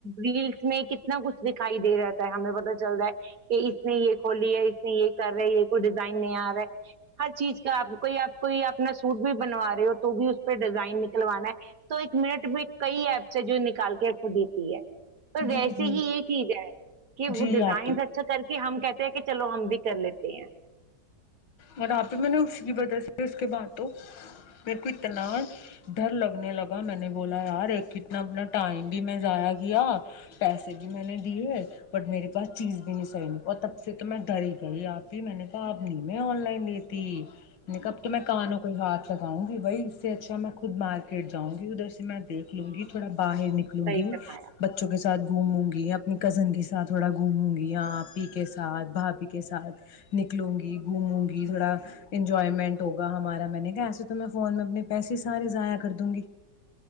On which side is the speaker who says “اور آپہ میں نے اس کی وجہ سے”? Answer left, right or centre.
Left